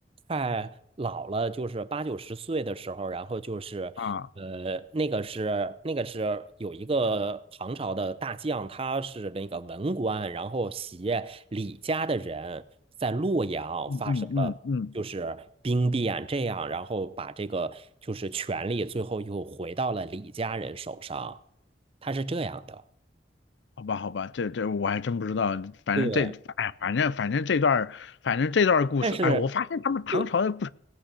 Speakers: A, on the right (about 30°); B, on the left (about 80°).
A: 快老了，就是八九十岁的时候，然后就是呃，
B: 啊
A: 那个是那个是有一个唐朝的大将，他是那个文官，然后携李家的人在洛阳发生了就是兵变，
B: 嗯嗯嗯嗯，
A: 这样然后把这个就是权力最后又回到了李家人手上，他是这样的，
B: 好吧好吧，这这我还真不知道，反正这哎反正反正这段儿反正这段儿故事，
A: 对，但是
B: 哎，我发现他们唐朝的故事
A: 对，